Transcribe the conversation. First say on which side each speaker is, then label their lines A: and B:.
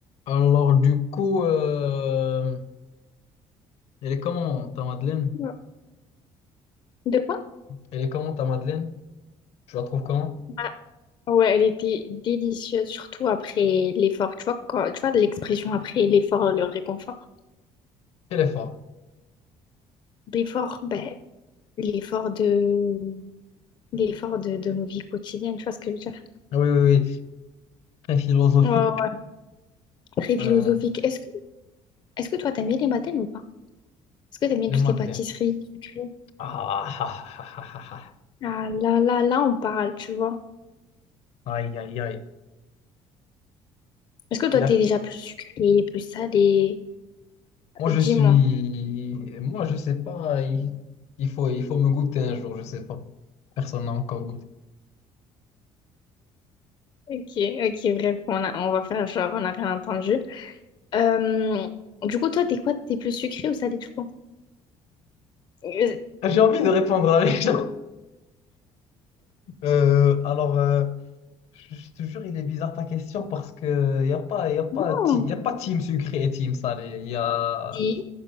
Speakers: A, on the left; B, on the left.
A: Alors, du coup, euh, elle est comment ta Madeleine?
B: Ouais. De quoi?
A: Elle est comment ta Madeleine? Je la trouve comment?
B: Ah, ouais, elle était délicieuse, surtout après l'effort. Tu vois, quand, tu vois l'expression après l'effort, le réconfort.
A: Elle est forte.
B: L'effort, ben, l'effort de, l'effort de, de nos vies quotidiennes, tu vois ce que je veux dire?
A: Ah Oui, oui, oui. Très philosophique.
B: Ouais, ouais. Très philosophique.
A: Euh,
B: Est-ce que, est-ce que toi, t'aimes bien les mataines ou pas? Est-ce que t'aimes bien
A: les
B: toutes
A: Madeleines.
B: les pâtisseries sucrées?
A: Ah, <laughs> ah, ah, ah, ah,
B: Ah là là, là, on parle, tu vois.
A: ah. Aïe, aïe, aïe.
B: Est-ce que toi,
A: Il
B: t'es
A: a-
B: déjà plus sucré, plus salé?
A: Moi, je
B: Dis-moi.
A: suis. Moi, je sais pas. Il... il faut, il faut me goûter un jour, je sais pas. Personne n'a encore goûté.
B: Ok, ok, bref, on a, on va faire genre, on n'a rien entendu. Euh, du coup, toi, t'es quoi? T'es plus sucré ou salé, je pense? Euh,
A: J'ai envie de répondre à les gens. Euh, alors. euh, Je te jure, il est bizarre ta question parce que y a pas, y a pas,
B: Oh.
A: ti- y a pas team sucré et team salé. Il y a,
B: Si,